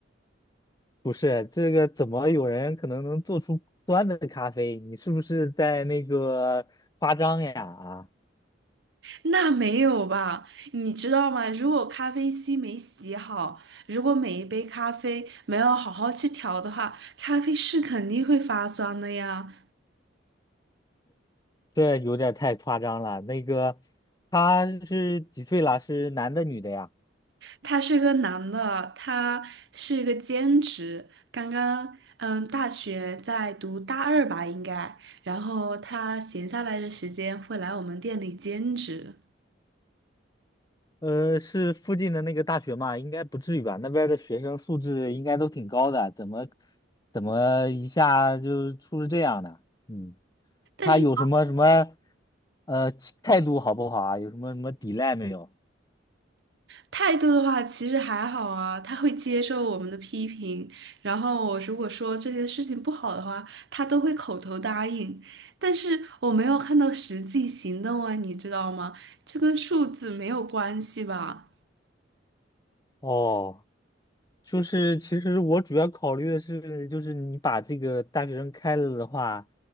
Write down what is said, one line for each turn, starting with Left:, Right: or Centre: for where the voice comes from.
Left: 不是，这个怎么有人可能能做出酸的咖啡？你是不是在那个夸张呀？啊，
Right: 那没有吧？你知道吗？如果咖啡机没洗好，如果每一杯咖啡没有好好去调的话，咖啡是肯定会发酸的呀。
Left: 这有点太夸张了。那个他是几岁了？是男的女的呀？
Right: 他是个男的，他是一个兼职，刚刚嗯大学在读大二吧应该，然后他闲下来的时间会来我们店里兼职，
Left: 呃，是附近的那个大学嘛？应该不至于吧？那边儿的学生素质应该都挺高的，怎么怎么一下就出了这样的？嗯。
Right: 但是
Left: 他有什么什么呃态度好不好啊？有什么什么抵赖没有？
Right: 态度的话其实还好啊，他会接受我们的批评，然后我如果说这件事情不好的话，他都会口头答应，但是我没有看到实际行动啊，你知道吗？这跟数字没有关系吧？
Left: 哦，就是其实我主要考虑的是，就是你把这个大学生开了的话，